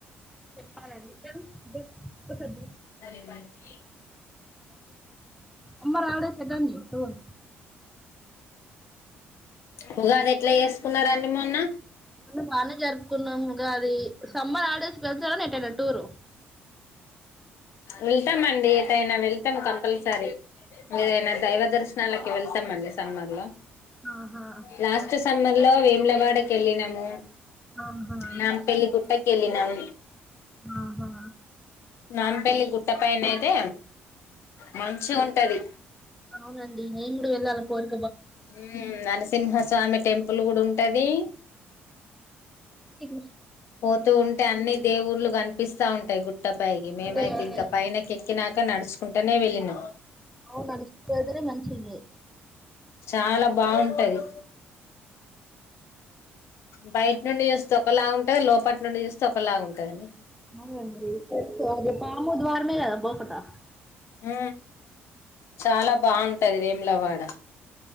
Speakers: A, in the centre; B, on the left.
A: పడి జ జ సదు
B: అరే బ అ చె
A: సమ్మర్ హాలిడేస్ ఎటండి టూర్
B: ఉగాది ఎట్లా చేసుకున్నారండి మొన్న
A: ఉ బాల జరు కున్నాము ఉగాది సమ్మర్ హాలిడేస్ కి వెళ్తారా ఏటన్నా టూర్
B: వెళ్తామండి ఏటైనా వెళ్తాం కంపల్సరీ ఏదైనా దైవ దర్శనాలకి వెళ్తామండి సమ్మర్ లో
A: ఆహా
B: లాస్ట్ సమ్మర్ లో వేములవాడకి వెళ్ళినాము
A: ఆహా
B: నాం పళ్లి గుట్టకల్లీనం
A: ఆహా
B: నాంపల్లి గుట్ట పైన అయితే మంచిగాఉంటది
A: అవునండి నేను కూడా వెళ్ళాల కోరి
B: ఉ అన సింహస్వామి టెంపుల్ కూడా ఉంటది
A: ఇ
B: పోతూ ఉంటే అన్నిీ దేవుళ్ళలు కనిపిస్తా ఉంటా టీ గు ట్ట పైగి మేమైతే
A: అదే అదే
B: ఇంకా పైనకి తకినాక నడుచుకుంటేనే వెళ్ళిన
A: అవును నడుచుకుంటూ వెళ్తేనే మంచిది
B: చాలా బాగుంటది బయట నుండి చూస్తే ఒకల అ లోపల నుండి చూస్త ఒకలాగా ఉంటుందని
A: అీ అదే పాము ద్వారమే గాద బకటా
B: హ చాలా బాగుంటది వేములవాడ